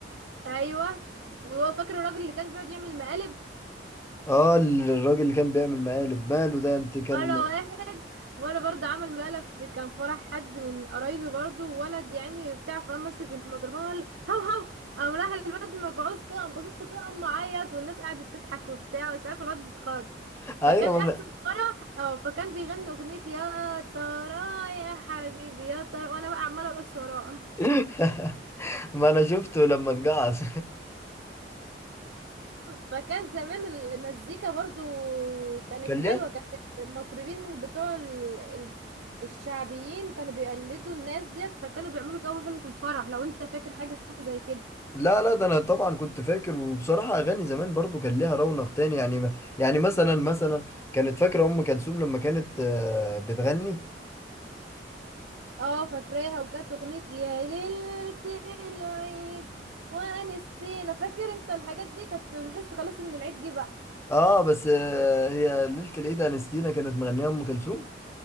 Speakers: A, on the right (about 75°); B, on the left (about 15°).
A: ايوه وهو فاكر الراجل اللي كان بيقعد يعمل مقالب
B: اه الراجل اللي كان بيعمل مقالب ماله ده انت كان
A: مرة واحد مرة برضه عمل مقلب في كان فرح حد من قرايبي برضه وولد يعني بتاع فقام مسك الميكروفون وقال له هو هو قام راح الواد مجعوز كده قام باصص له كده قام معيط والناس قعدت تضحك وبتاع مش عارفة الواد اتخض
B: <laughs> ايوه
A: فكان احسن
B: ما
A: فرح اه فكان بيغني اغنية يا ترى يا حبيبي يا ترى وانا بقى عمالة ارقص وراه
B: انا <laughs> ما انا شفته لما اتجعص
A: فكان زمان المزيكا برضو كانت
B: <laughs> كان
A: حلوة
B: ليها
A: كانت المطربين بتوع ال- ال- الشعبيين كانوا بيقلدوا الناس ديت فكانوا بيعملوا جو حلو في الفرح لو انت فاكر حاجة زي كده
B: لا لا ده انا طبعا كنت فاكر وبصراحه اغاني زمان برضو كان ليها رونق تاني يعني يعني مثلا مثلا كانت فاكره ام كلثوم لما كانت آه، بتغني
A: اه فاكراها وكانت اغنية يا ليلة العيد وانستينا فاكر انت الحاجات دي كانت بنحس خلاص ان العيد جه بقى
B: اه بس آه، هي ليله العيد انستينا كانت مغنيه ام كلثوم